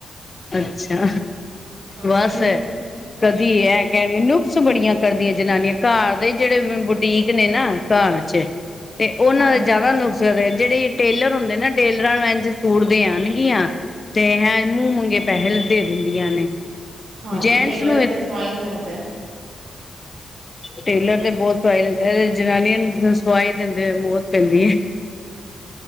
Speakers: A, on the left; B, on the right.
A: ਅੱਛਾ,
B: ਹਾਂਜੀ
A: ਬਸ ਕਦੀ ਐ ਕੈਵੇ ਨੁਕਸ ਬੜੀਆਂ ਕਰਦੀਆਂ ਜਨਾਨੀਆਂ ਘਰ ਦੇ ਜੇੜੇ ਬੁਟੀਕ ਨੇ ਨਾ ਘਰ ਚ ਤੇ ਉਨਾਂ
B: ਹਾਂਜੀ
A: ਦੇ ਜਿਆਦਾ ਨੁਕਸ ਰੇ ਜੇੜੇ ਟੇਲਰ ਹੁੰਦੇ ਨਾ ਟੇਲਰਾਂ ਨੂੰ ਐਝ ਸੂਟ ਦੇ ਆਣਗੀਆਂ ਤੇ ਹੈਂ ਮੂੰ ਮੰਗੇ ਪੈਹੇ ਦੇ ਦਿੰਦੀਆਂ ਨੇ,
B: ਹਾਂਜੀ
A: ਜੇਂਡਸ
B: ਟੇਲਰ
A: ਨੂੰ ਏ
B: ਤੇ ਸਵਾਈ ਬੋਤ ਐ।
A: ਟੇਲਰ ਤੇ ਬੋਤ ਪੈਹੇ ਲੈਂਦਾ ਐ ਜਨਾਨੀਆਂ ਨੂੰ ਸਵਾਈ ਦਿੰਦੇ ਹੋਏ ਮੋਤ ਪੈਂਦੀ ਏ।